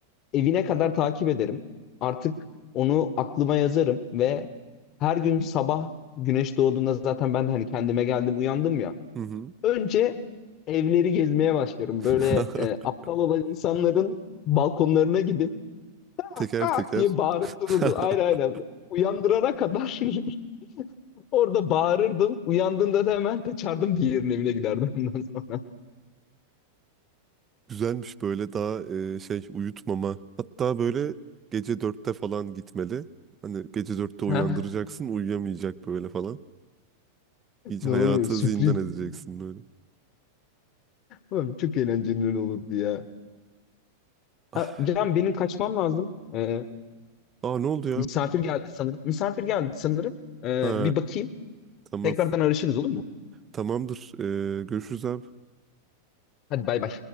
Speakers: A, on the left (about 35°); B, on the right (about 25°).
A: Evine kadar takip ederim. Artık onu aklıma yazarım ve her gün sabah güneş doğduğunda zaten ben de hani kendime geldim uyandım ya
B: Hı hı.
A: Önce evleri gezmeye başlıyorum.
B: <laughs>
A: Böyle e, aptal olan insanların balkonlarına gidip kak
B: Teker
A: kak
B: teker.
A: diye bağırıp
B: <laughs>
A: dururdum. Aynen aynen. Uyandırana kadar <laughs> orada bağırırdım. Uyandığında da hemen kaçardım diğerinin evine giderdim ondan sonra. <laughs>
B: Güzelmiş böyle daha e, şey uyutmama. Hatta böyle gece dörtte falan gitmeli. Hani gece dörtte uyandıracaksın
A: Ha,
B: uyuyamayacak böyle falan. Hiç hayatı
A: Doğru sürpriz.
B: zindan edeceksin böyle.
A: Ulan Çok eğlenceli olurdu ya.
B: Ah,
A: Ha, Can benim kaçmam lazım. Ee,
B: Aa ne oldu ya?
A: misafir geldi sanırım. Misafir geldi sanırım. Ee,
B: Ha
A: bir bakayım.
B: tamam.
A: Tekrardan arışırız olur mu?
B: Tamamdır. Ee, görüşürüz abi.
A: Hadi bay bay.